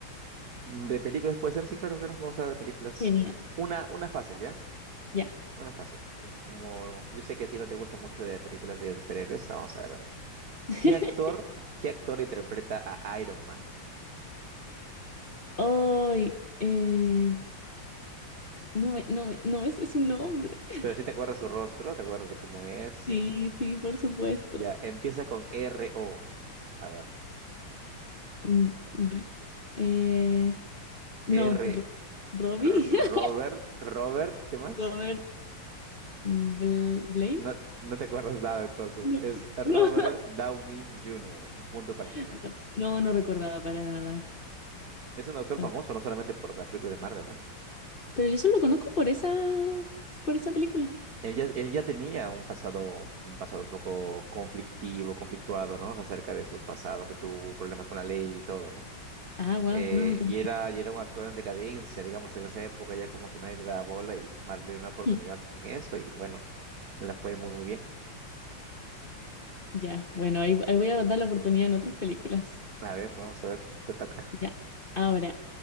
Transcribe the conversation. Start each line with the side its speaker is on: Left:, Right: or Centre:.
Right: Mm, ¿De películas puede ser? Sí, claro, claro, vamos a ver de películas.
Left: Genial,
Right: Una, una fácil, ¿ya?
Left: ya.
Right: Una fácil. Como yo sé que a ti no te gusta mucho de películas de superhéroes, vamos a ver.
Left: <laughs>
Right: ¿Qué actor, qué actor interpreta a Iron Man?
Left: Hoy, eh, no me, no me, no me sé su nombre. <laughs>
Right: Pero si te acuerdas su rostro, te acuerdas de cómo es.
Left: Sí, sí, por supuesto.
Right: Ya, empieza con R-O. A ver,
Left: Mm, r- eh, no,
Right: R,
Left: Ro- Robbie,
Right: R- Robert,
Left: <laughs>
Right: Robert, ¿qué más?
Left: Robert Bl- Blame.
Right: No, no te acuerdas nada entonces.
Left: No,
Right: Es Robert
Left: no,
Right: Downey Jr., un punto para
Left: <laughs>
Right: mí. ¿ah?
Left: no, no recordaba para nada.
Right: Es un doctor
Left: Bueno,
Right: famoso, no solamente por las películas de Marvel, ¿ah?
Left: pero yo solo lo conozco por esa, por esa película.
Right: Él ya, él ya tenía un pasado, un pasado un poco conflictivo, conflictuado, ¿no? Acerca de su pasado, que tuvo problemas con la ley y todo, ¿no?
Left: Ah, wow,
Right: Eh,
Left: no, no tengo.
Right: y era, y era un actor en decadencia, digamos, en esa época ya como que nadie le daba bola y Marvel le dio una oportunidad
Left: idea.
Right: en eso y bueno, le la fue muy, muy bien.
Left: Ya, bueno, ahí, ahí voy a dar la oportunidad en otras películas.
Right: A ver, vamos a ver, te toca.
Left: Ya. Ahora,